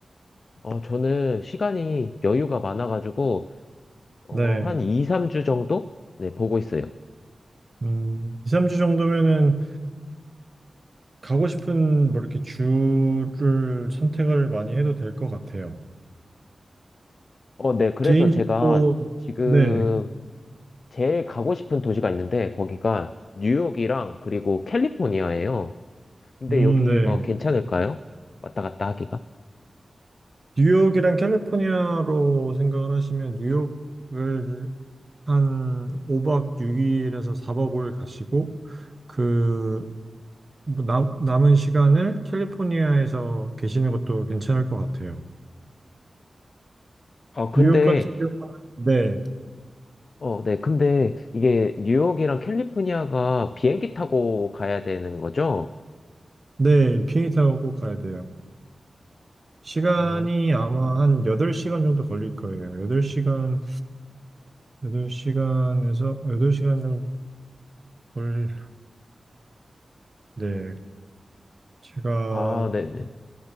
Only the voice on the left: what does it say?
어, 저는 시간이 여유가 많아가지고, 어,
한 2, 3주 정도? 네, 보고 있어요.
어, 네, 그래서
제가 지금
제일 가고 싶은 도시가 있는데, 거기가 뉴욕이랑 그리고 캘리포니아예요. 근데
여기가
괜찮을까요? 왔다 갔다 하기가?
아, 근데,
어, 네. 근데 이게 뉴욕이랑 캘리포니아가 비행기 타고 가야 되는 거죠?
어,
아, 네네.